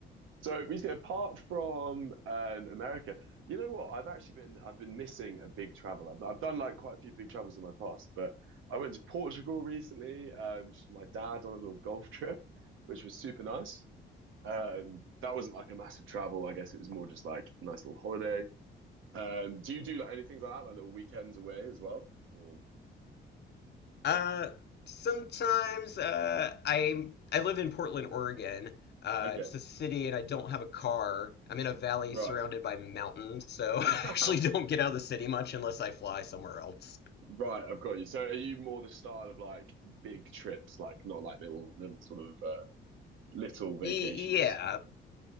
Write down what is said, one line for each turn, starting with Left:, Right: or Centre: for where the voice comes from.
Right: So recently, apart from um, America, you know what? I've actually been I've been missing a big travel. I've, I've done like quite a few big travels in my past, but I went to Portugal recently, um, just with my dad on a little golf trip, which was super nice. Um, that wasn't like a massive travel. I guess it was more just like a nice little holiday. Um, do you do like anything like that, like little weekends away as well? Or...
Left: Uh, sometimes uh, I I live in Portland, Oregon. Uh,
Right: Okay,
Left: it's a city, and I don't have a car. I'm in a valley
Right: right,
Left: surrounded by mountains, so
Right: <laughs>
Left: <laughs> I actually don't get out of the city much unless I fly somewhere else.
Right: right. I've got you. So are you more the style of like big trips, like not like little little sort of uh, little vacations.
Left: E yeah,